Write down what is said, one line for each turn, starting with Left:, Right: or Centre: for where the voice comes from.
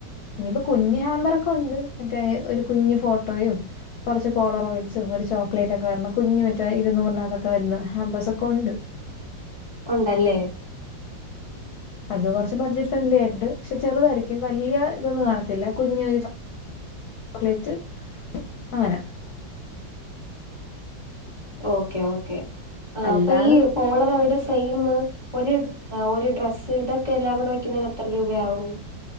Left: ഇനിയിപ്പോ കുഞ്ഞ് ഹാമ്പറൊക്കെ ഉണ്ട് മറ്റേ ഒരു കുഞ്ഞ് ഫോട്ടോയും കുറച്ച് പോളോറോയിഡ്സും ഒരു ചോക്ലേറ്റ് ഒക്കെ വരണ കുഞ്ഞ് മറ്റേ ഇരുന്നൂറിനകത്തൊക്കെ വരുന്ന ഹാമ്പസ് ഒക്കെ ഉണ്ട്
Right: ഉണ്ടല്ലേ
Left: അത് കുറച്ച് ബഡ്ജറ്റ് ഫ്രണ്ട്ലി ആയിണ്ട് പക്ഷെ ചെറുതായിരിക്കും വലിയ ഇതൊന്നും കാണത്തില്ല കുഞ്ഞ് ഒരു ചോ ചോക്ലേറ്റ് അങ്ങനെ
Right: ഓക്കെ ഓക്കേ ആ
Left: അല്ലാതെ
Right: അപ്പൊ ഈ പോളറോ അവരുടെ ഫ്രെയിമ് ഒരു ഒരു ഡ്രസ്സ് ഇതൊക്കെ എല്ലാം കൂടെ വെക്കുന്നതിന് എത്ര രൂപയാവും